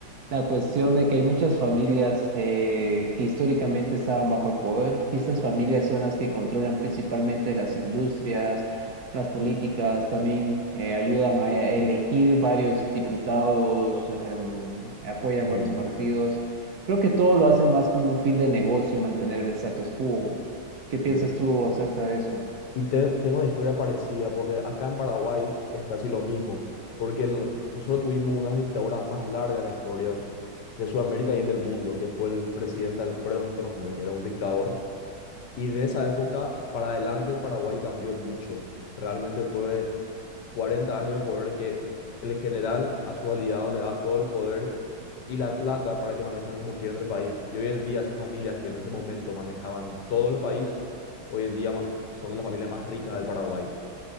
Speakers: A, on the right (about 60°); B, on the left (about 65°).
A: la cuestión de que hay muchas familias eh, que históricamente estaban bajo el poder y estas familias son las que controlan principalmente las industrias, las políticas, también eh, ayudan a elegir varios diputados, em, apoyan
B: Mm,
A: varios partidos. Creo que todo lo hacen más como un fin de negocio y mantener el status quo. ¿Qué piensas
B: bien.
A: tú acerca de eso?
B: Y te- tengo una historia parecida, porque acá en Paraguay es casi lo mismo, porque el- nosotros tuvimos una de las dictaduras más largas en la historia de Sudamérica y en el mundo, que fue el presidente Alfredo Stroessner, que era un dictador. Y de esa época para adelante Paraguay cambió mucho. Realmente fue 40 años de poder que el general a sus aliados le da todo el poder y la plata para que manejan como quieran el país. Y hoy en día esas familias que en ese momento manejaban todo el país, hoy en día ma- son las familias más ricas del Paraguay.